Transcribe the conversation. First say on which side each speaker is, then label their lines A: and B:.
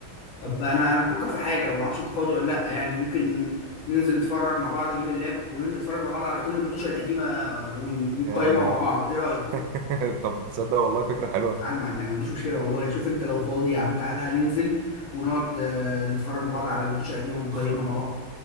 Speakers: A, on the left; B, on the right.
A: طب انا انا بفكر في حاجه لو ما اعرفش انت فاضي ولا لا يعني ممكن ننزل نتفرج مع بعض اجيب اللاب وننزل نتفرج مع بعض على كل المدوشه القديمه ون- ونقيمها
B: آه،
A: مع بعض
B: <laughs>
A: ايه رايك
B: طب تصدق والله فكره حلوه
A: انا ما عندي انا ما عنديش مشكله والله شوف انت لو فاضي يا عم تعالى ننزل ونقعد آه، نتفرج مع بعض على الماتشات القديمه ونقيمها
B: خ-
A: مع بعض